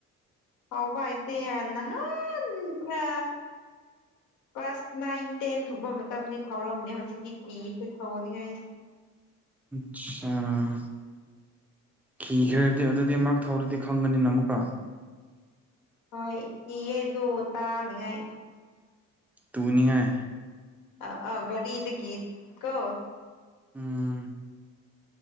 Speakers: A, on the left; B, in the centre.
A: ꯇꯧꯕꯥ ꯍꯩꯇꯦ ꯅꯍꯥꯟ ꯈ꯭ꯔꯥ ꯀ꯭ꯂꯥꯁ ꯅꯥꯏꯟ ꯇꯦꯟꯒꯨꯝꯕ ꯃꯇꯝꯗꯤ ꯊꯧꯔꯝꯃꯦ ꯍꯧꯖꯤꯛꯇꯤ ꯀꯤꯈ꯭ꯔꯦ ꯊꯧꯅꯤꯡꯉꯥꯏ
B: ꯁꯆꯥ ꯀꯤꯈ꯭ꯔꯗꯤ ꯑꯗꯨꯗꯤ ꯑꯃꯔꯛ ꯊꯧꯔꯗꯤ ꯈꯪꯒꯅꯤꯅ ꯑꯃꯨꯛꯀ꯫
A: ꯍꯣꯏ ꯀꯤꯌꯦ ꯗꯣ ꯇꯥꯅꯤꯉꯥꯏ
B: ꯇꯨꯅꯤꯉꯥꯏ
A: ꯑ ꯑ ꯒꯔꯤꯗꯒꯤ ꯀꯣ
B: ꯎꯝ